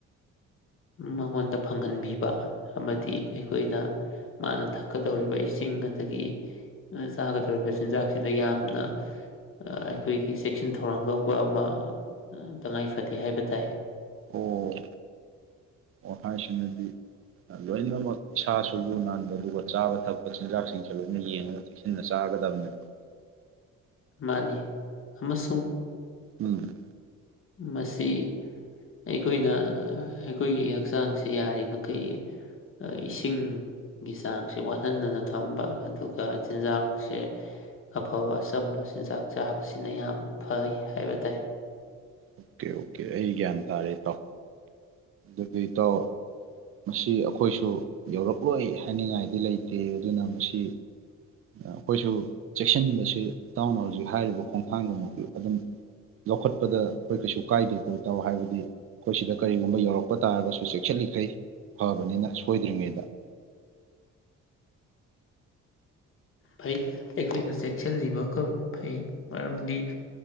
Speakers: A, on the left; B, on the right.
A: ꯃꯉꯣꯟꯗ ꯐꯪꯍꯟꯕꯤꯕ ꯑꯃꯗꯤ ꯑꯩꯈꯣꯏꯅ ꯃꯥꯅ ꯊꯛꯀꯗꯧꯔꯤꯕ ꯏꯁꯤꯡ ꯑꯗꯒꯤ ꯆꯥꯒꯗꯧꯔꯤꯕ ꯆꯤꯟꯖꯥꯛꯁꯤꯗ ꯌꯥꯝꯅ ꯑꯩꯈꯣꯏꯒꯤ ꯆꯦꯛꯁꯤꯟ ꯊꯧꯔꯥꯡ꯫ ꯊꯧꯔꯥꯡ ꯂꯧꯕ ꯑꯃ ꯇꯉꯥꯏ ꯐꯗꯦ ꯍꯥꯏꯕ ꯇꯥꯏ
B: ꯑꯣ ꯋꯥ ꯍꯥꯏꯁꯤꯅꯗꯤ ꯂꯣꯏꯅꯃꯛ ꯏꯁꯥꯁꯨ ꯂꯨ ꯅꯥꯟꯕ ꯑꯗꯨꯒ ꯆꯥꯕ ꯊꯛꯄ ꯆꯤꯟꯖꯥꯛꯁꯤꯡꯁꯨ ꯂꯣꯏꯅ ꯌꯦꯡꯉꯒ ꯆꯦꯛꯁꯤꯟꯅ ꯆꯥꯒꯗꯕꯅꯦꯕ꯫
A: ꯃꯥꯅꯤ ꯑꯃꯁꯨꯡ
B: ꯎꯝ
A: ꯃꯁꯤ ꯑꯩꯈꯣꯏꯅ ꯑꯩꯈꯣꯏꯒꯤ ꯍꯛꯆꯥꯡꯁꯦ ꯌꯥꯔꯤꯃꯩ ꯏꯁꯤꯡꯒꯤ ꯆꯥꯡꯁꯦ ꯋꯥꯠꯍꯟꯗꯅ ꯊꯝꯕ ꯑꯗꯨꯒ ꯆꯥꯟꯖꯛꯁꯦ ꯑꯐꯥꯕ ꯑꯆꯝꯕ ꯆꯤꯟꯖꯥꯛ ꯆꯥꯕꯁꯤꯅ ꯌꯥꯝ ꯐꯩ ꯍꯥꯏꯕ ꯇꯥꯏ
B: ꯑꯣꯀꯦ - ꯑꯣꯀꯦ ꯑꯩ ꯒ꯭ꯌꯥꯟ ꯇꯥꯔꯦ ꯏꯇꯥꯎ꯫ ꯑꯗꯨ <unintelligible> ꯏꯇꯥꯎ ꯃꯁꯤ ꯑꯩꯈꯣꯏꯁꯨ ꯌꯧꯔꯛꯂꯣꯏ ꯍꯥꯏꯅꯤꯡꯉꯥꯏꯗꯤ ꯂꯩꯇꯦ ꯑꯗꯨꯅ ꯃꯁꯤ ꯑꯩꯈꯣꯏꯁꯨ ꯆꯦꯛꯁꯤꯟꯕꯁꯤ ꯏꯇꯥꯎꯅ ꯍꯧꯖꯤꯛ ꯍꯥꯏꯔꯤꯕ ꯈꯣꯡꯊꯥꯡꯗꯨꯃꯛ ꯑꯗꯨꯝ ꯂꯧꯈꯠꯄꯗ ꯏꯇꯥ ꯑꯩꯈꯣꯏ ꯀꯩꯁꯨ ꯀꯥꯏꯗꯦ ꯀꯣꯏ ꯇꯥꯎ ꯍꯥꯏꯕꯗꯤ ꯑꯩꯈꯣꯏ ꯁꯤꯗ ꯀꯔꯤꯒꯨꯝꯕ ꯌꯧꯔꯛꯄ ꯇꯥꯔꯒꯁꯨ ꯆꯦꯛꯁꯤꯜꯂꯤꯈꯩ ꯐꯕꯅꯤꯅ ꯁꯣꯏꯗ꯭ꯔꯤꯉꯩꯗ
A: ꯐꯩ ꯑꯩꯈꯣꯏꯅ ꯆꯦꯛꯁꯤꯜꯂꯤꯕꯒ ꯐꯩ ꯃꯔꯝꯗꯤ